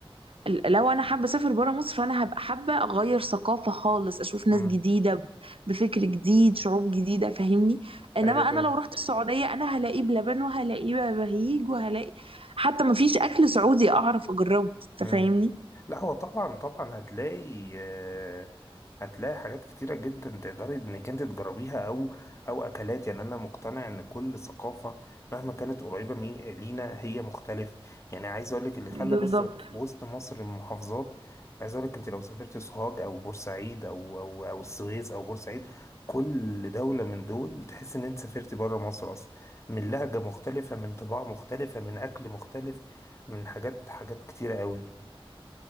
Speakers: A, on the right; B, on the left.
A: لو انا حابه اسافر بره مصر فانا هبقى حابه اغير ثقافه خالص اشوف
B: مم.
A: ناس جديده بفكر جديد شعوب جديده فاهمني انما
B: ايوه فاهم
A: انا لو رحت السعوديه انا هلاقي بلبن وهلاقي بهيج وهلاقي حتى مفيش اكل سعودي اعرف اجربه
B: مم.
A: انت فاهمني
B: لا هو طبعا طبعا هتلاقي آه، هتلاقي حاجات كتيرة جدا تقدري انك انت تجربيها او او اكلات يعني انا مقتنع ان كل ثقافة مهما كانت قريبة مي- لينا هي مختلف يعني عايز اقول لك اللي خلى
A: بالظبط
B: بس في وسط مصر المحافظات عايز اقول لك انت لو سافرت سوهاج او بورسعيد او او او السويس او بورسعيد كل دولة من دول تحس ان انت سافرت بره مصر اصلا من لهجة مختلفة من طباع مختلفة من اكل مختلف من حاجات حاجات كتيرة قوي